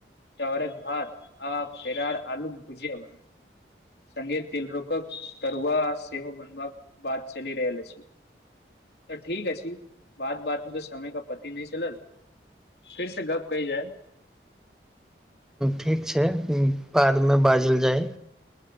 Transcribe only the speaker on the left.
चौरक भात आ पेरर आलूक भुजिया बनल से तिलरोकक तरुआ सेहो बनबाक बात चल रहल अछि त ठीक अछि छी बात बात में तऽ समय का पते नहि चलल फिर से गप्प कयल जाय